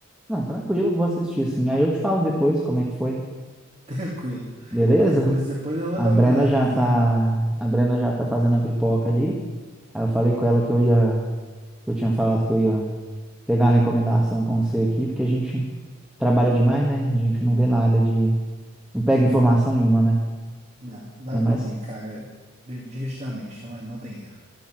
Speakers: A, in the centre; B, on the right.
A: Não, tranquilo, vou assistir sim. Aí eu te falo depois como é que foi.
B: <laughs> Tranquilo.
A: Beleza?
B: Qualquer coisa, depois eu vou
A: A
B: dar
A: Brena
B: uma olhada
A: já
B: aqui.
A: tá,
B: no-
A: a Brena já tá fazendo a pipoca ali. Aí eu falei com
B: Não,
A: ela que eu ia, que eu tinha falado que eu ia pegar uma recomendação com você aqui, porque a gente trabalha demais, né? A gente não vê nada de, não pega informação nenhuma, né?
B: não, vai
A: Ainda mais,
B: por mim, cara, divertidamente, não, é, não tem erro.